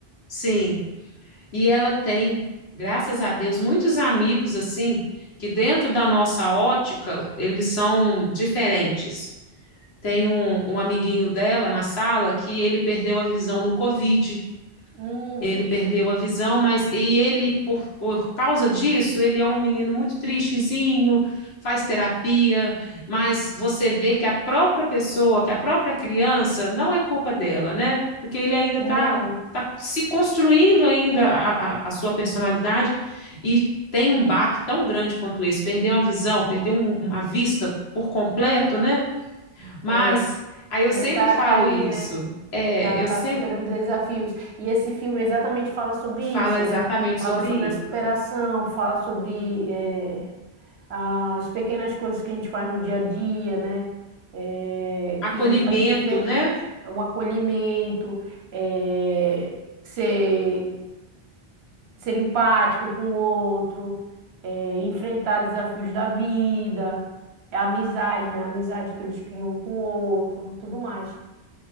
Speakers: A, on the left (about 80°); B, on the right (about 80°).
A: Sim, e ela tem, graças a Deus, muitos amigos assim que dentro da nossa ótica eles são diferentes. Tem um, um amiguinho dela na sala que ele perdeu a visão no Covid.
B: Hum,
A: Ele
B: interessante.
A: perdeu a visão, mas e ele, por, por causa disso, ele é um menino muito tristezinho, faz terapia, mas você vê que a própria pessoa, que a própria criança, não é culpa dela, né? Porque ele ainda está
B: Não,
A: tá se construindo ainda a, a, a sua personalidade e tem um baque tão grande quanto esse, perdeu a visão, perdeu um, uma vista por completo, né? Mas
B: é,
A: aí eu
B: mas
A: sempre
B: tá,
A: falo
B: tá aí,
A: isso,
B: né?
A: é,
B: Tá,
A: eu
B: tá
A: sempre
B: superando desafios. E esse filme exatamente fala sobre
A: falo
B: isso,
A: exatamente
B: né? Fala
A: sobre
B: sobre
A: isso.
B: a superação, fala sobre eh, as pequenas coisas que a gente faz no dia a dia, né? Eh,
A: Acolhimento,
B: que fazem diferença.
A: né?
B: né? O acolhimento, é, ser ser empático com o outro, é, enfrentar desafios da vida, é a amizade, né? A amizade que eles criam um com o outro, tudo mais.